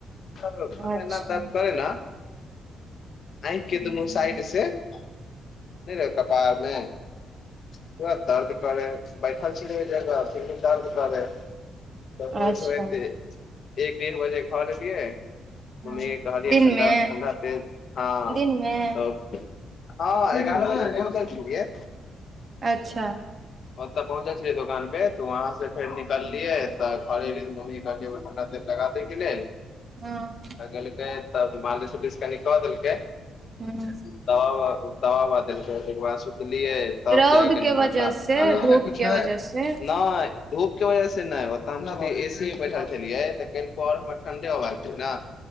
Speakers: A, on the left; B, on the right.
A: माथा
B: अच्छा
A: ऐना दर्द करै न आँखि के
B: हूँ
A: दुनू साइड से, नहि रहे हो कपाड़ मे पुरा दर्द करइ बैठल छि त ज्यादा फिर भी दर्द करइ,
B: अच्छा
A: होयत होयत एक डेढ़ बजे घर ऐलियै,
B: हँ
A: मम्मी कहलिय
B: दिनमे
A: ठण्डा- ठण्डा तेल आन
B: दिनमे
A: त हँ ग्यारह बजे पहुंचल छेलिय।
B: अच्छा
A: ओत पहुँचल छियै दोकान पे, त वहाँ से फेर निकलियै तऽ घरे ऐलिय मम्मी के कहलिय एगो ठंडा तेल लगा दे के लेल,
B: हँ
A: लगेले त मालिस उलिस कनि क देलकय।
B: हूँ
A: दवा उवा दवा उवा देलकै तैइके बाद सुतलियै, तब
B: रौद
A: जा क कनि
B: के
A: माथा
B: वजह से
A: <unintelligible>
B: धूप के वजह से
A: नय धूप के वजह से नहि, ओतऽ हम छलिय ए सी मे बैठल छलिय, त कनिको और हमरा ठण्डे होबाक चाही न।